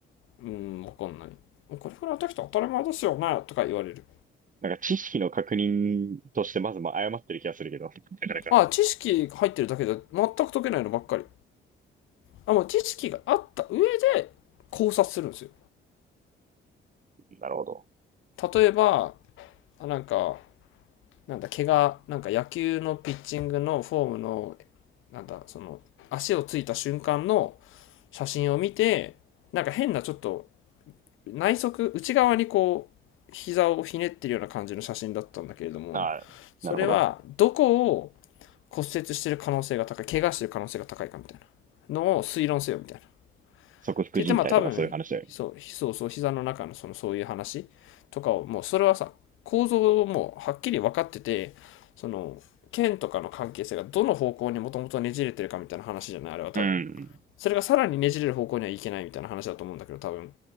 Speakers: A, on the left; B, on the right.
A: うーん、わかんない。これくらいできたら当たり前ですよねとか言われる。
B: なんか知識の確認としてまずまあ誤ってる気がするけど。なかなか。
A: ああ、知識入ってるだけで全く解けないのばっかり。あ、もう知識があった上で考察するんですよ。
B: なるほど。
A: 例えば、あなんか、なんだ、怪我、なんか野球のピッチングのフォームのなんだ、その、足をついた瞬間の写真を見て、なんか変なちょっと内側、内側にこう、膝をひねってるような感じの写真だったんだけれども、
B: ああ、
A: それはどこを
B: なるほど。
A: 骨折してる可能性が高い、怪我してる可能性が高いかみたいなのを推論せよみたいな。って
B: 側副人体とかそういう話だよね。
A: 言って、まあ多分、そう、そうそう、膝の中のそのそういう話とかを、もうそれはさ、構造をもうはっきり分かってて、その、剣とかの関係性がどの方向にもともとねじれてるかみたいな話じゃないあれは多分。
B: うん。
A: それがさらにねじれる方向にはいけないみたいな話だと思うんだけど、多分。